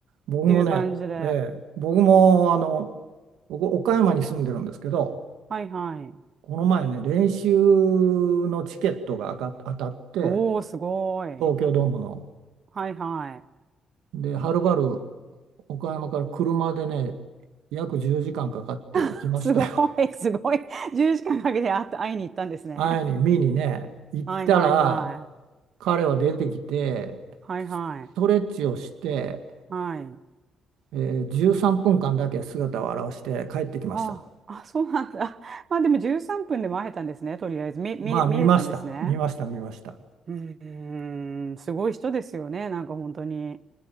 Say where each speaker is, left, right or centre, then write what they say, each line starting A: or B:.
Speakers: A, on the right; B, on the right.
A: 僕もね、
B: ていう感じで。
A: ええ、僕もあの、僕、岡山に住んでるんですけど、
B: はいはい。
A: この前ね、練習のチケットが当た当たって、
B: おー、すごい。
A: 東京ドームの。
B: はいはい。
A: で、はるばる岡山から車でね、約10時間かんかかって行きましたよ。
B: <laughs> すごい、<laughs> すごい。10時間かんかけて会った会いに行ったんですね。
A: 会いに、見にね、行ったら、
B: はいはいは
A: 彼は出てきて、
B: い。はいはい。
A: ストレッチをして、
B: はい。
A: えー13分間だけ姿を現して帰ってきました。
B: はあ、あ、そうなんだ。<laughs> まあでも13分でも会えたんですね、とりあえず。見、見、
A: まあ見ました、
B: 見れたんですね。
A: 見ました、見ました。
B: うーん、すごい人ですよね、なんか本当に。